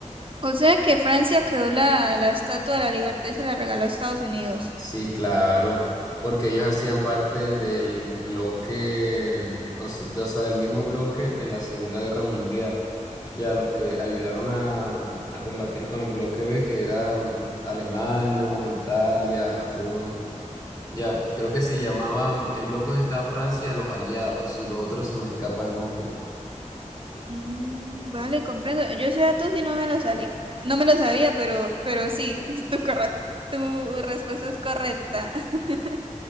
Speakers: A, on the right (about 40°); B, on the left (about 25°).
A: O sea que Francia creó la, la Estatua de la Libertad y se la regaló a Estados Unidos.
B: Sí, claro, porque ellos hacían parte del bloque, o se- de- o sea, del mismo bloque en la Segunda Guerra Mundial. Ya los que ayudaron a, a combatir con el bloque B, que era mm, Alemania, Italia, Japón. Ya, creo que se llamaba el bloque donde estaba Francia, los aliados, y los otros se me escapa el nombre.
A: Mm, vale, comprendo. Yo ese dato sí no me lo salí. No me lo sabía, pero, pero sí, <laughs> tu, corra- tu respuesta es correcta. <laughs>